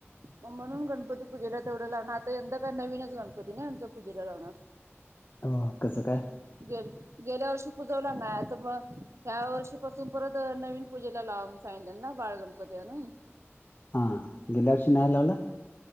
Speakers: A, on the right; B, on the left.
A: मग म्हणून गणपती पूजेला तेवढं लावणार आता यंदा काय नवीनच गणपती नाही आमं पूजेला लावणार.
B: <unintelligible> हो कसं काय.
A: गेल गेल्या वर्षी पूजवला नाही तर मग ह्या वर्षीपासून परत नवीन पूजेला लावून सांग ना बाळ गणपती आणून.
B: हा गेल्या वर्षी नाही लावला.